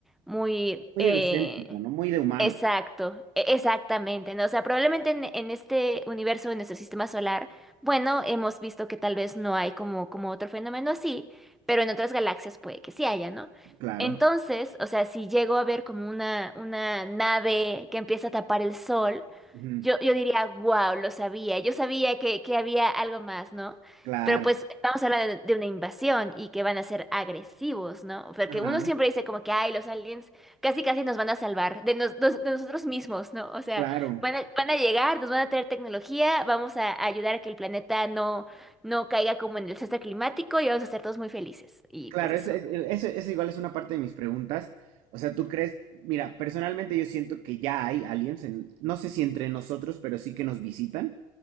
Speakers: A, in the centre; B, on the right.
A: muy,
B: Muy
A: eh,
B: egocéntrico, ¿no? Muy de humano,
A: exacto, e- exactamente, ¿no? O sea, probablemente en, en este universo, en nuestro sistema solar, bueno, hemos visto que tal vez no hay como, como otro fenómeno así, pero en otras galaxias puede que sí haya, ¿no?
B: claro.
A: Entonces, o sea, si llego a ver como una, una nave que empieza a tapar el sol,
B: Ujú,
A: yo, yo diría, wow, lo sabía, yo sabía que, que había algo más, ¿no?
B: Claro,
A: Pero pues vamos a hablar de, de una invasión y que van a ser agresivos, ¿no? Porque
B: ajá,
A: uno siempre dice como que, ay, los aliens casi casi nos van a salvar de, nos- nos- de nosotros mismos, ¿no? O sea,
B: claro.
A: van a, van a llegar, nos van a traer tecnología, vamos a ayudar a que el planeta no, no caiga como en el desastre climático y vamos a ser todos muy felices. Y
B: Claro,
A: pues eso.
B: eso, es- eso, eso igual es una parte de mis preguntas. O sea, ¿tú crees? Mira, personalmente yo siento que ya hay aliens, en- no sé si entre nosotros, pero sí que nos visitan.